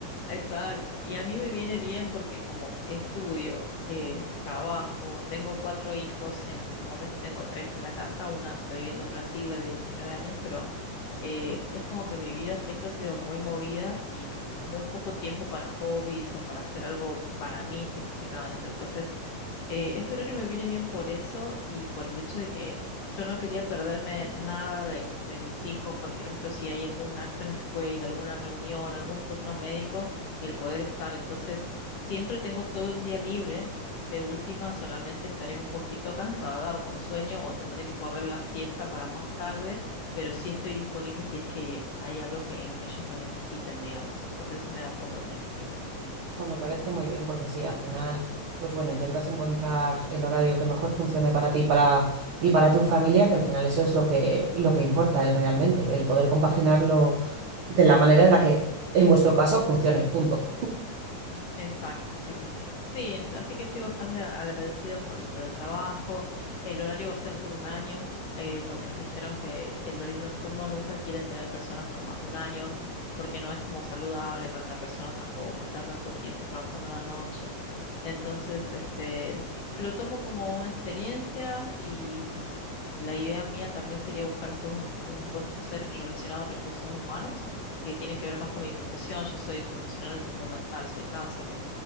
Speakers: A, on the left; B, on the right.
A: exacto, y a mí me viene bien porque como estudio, eh, trabajo, tengo cuatro hijos, en este momento tengo tres en la casa, una está viviendo en Brasil, la de 19 años, pero eh, es como que mi vida siempre ha sido muy movida y muy poco tiempo para hobbies o para hacer algo para mí específicamente. Entonces, eh, este horario me viene bien por eso y por el hecho de que yo no quería perderme nada de, de mis hijos. Por ejemplo, si hay algún acto en la escuela, alguna reunión, algún turno médico, el poder estar. Entonces, siempre tengo todo el día libre. De última, solamente estaré un poquito cansada o con sueño o tendré que correr la siesta para más tarde, pero sí estoy disponible si es que hay algo que, en que ellos me necesiten, digamos. Entonces, eso me da un poco de tranquilidad.
B: Ojo, me parece muy bien porque sí, al final, pues bueno, intentas encontrar el horario que mejor funcione para ti y para, y para tu familia, que al final eso es lo que, lo que importa el realmente, el poder compaginarlo de la manera en la que en vuestro caso funcione, punto.
A: Exacto, sí, sí, sí. Sí, en- así que estoy bastante agradecida por, el- por el trabajo. El horario va a ser por un año, eh, porque nos dijeron que el horario nocturno nunca quieren tener personas por más de un año, porque no es como saludable para la persona tampoco estar tanto tiempo trabajando a la noche. Entonces, este, lo tomo como una experiencia y mm, la idea mía también sería buscar después un, un puesto ser relacionado a recursos humanos que tienen que ver más con mi profesión. Yo soy profesional de salud mental, soy counselor.